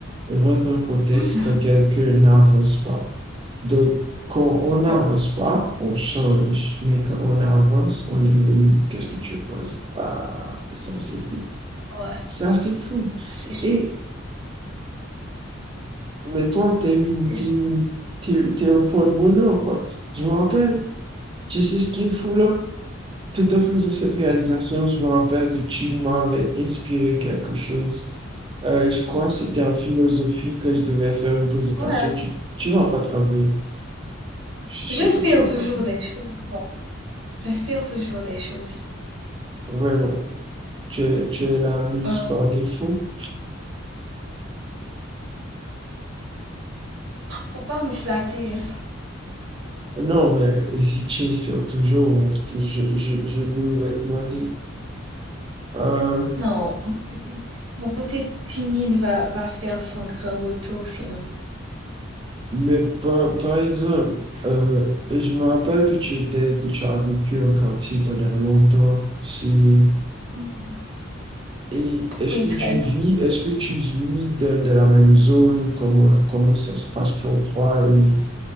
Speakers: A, on the right; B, on the right.
A: rentre en contexte
B: Mhm.
A: quand quelqu'un n'avance pas. Donc, quand on n'avance
B: Ouais.
A: pas, on change. Mais quand on avance, on évolue. Qu'est-ce que tu penses? Ah, ça c'est fou.
B: Ouais.
A: Ça c'est fou.
B: C'est sûr.
A: Et, mais toi, t'es une,
B: C'est
A: t'es
B: sûr.
A: une, t'es, t'es un point de bonheur, quoi. Je me rappelle, tu sais ce qu'il faut là? Tout à fait, c'est cette réalisation, je me rappelle que tu m'avais inspiré quelque chose. Euh, je crois que c'était en philosophie que je devais faire une présentation.
B: Ouais.
A: Tu, tu vas pas travailler. Je suis sûr
B: J'espère
A: que tu vas
B: toujours
A: pas.
B: des choses, quoi. J'espère toujours des choses.
A: Vraiment. Tu es, tu es la muse
B: Hein.
A: par défaut.
B: Faut pas me flatter.
A: Non, mais si tu inspires toujours, je, je, je nous vais te demander. Euh,
B: Non. Mon côté mon côté timide va, va faire son grand retour, sinon.
A: mais par, par exemple, euh, je me rappelle que tu étais, que tu as vécu un quartier pendant longtemps. C'est
B: Mhm.
A: Et est-ce
B: Oui,
A: que
B: très
A: tu vis,
B: long.
A: est-ce que tu vis de, de la même zone? Comment, comment ça se passe pour toi? Et,